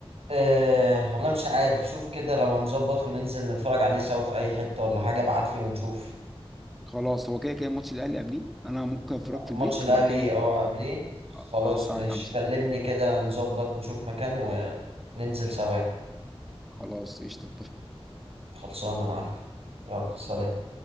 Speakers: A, on the right; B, in the centre.
A: أه والله مش عارف شوف كده لو هنظبط وننزل نتفرج عليه سوا في اي حتة ولا حاجة ابعتلي ونشوف
B: خلاص هو كده كده ماتش الاهلي قبليه انا ممكن اتفرج في
A: ماتش
B: البيت
A: الاهلي
B: وبعد كده ننزل
A: اه
B: نتفرج.
A: قبليه
B: اه
A: خلاص
B: آه، الساعه
A: مش
B: 5
A: كلمني كده نظبط نشوف مكان وننزل سوا
B: خلاص قشطه
A: خلصانه معاك يلا سلام
B: اتفقنا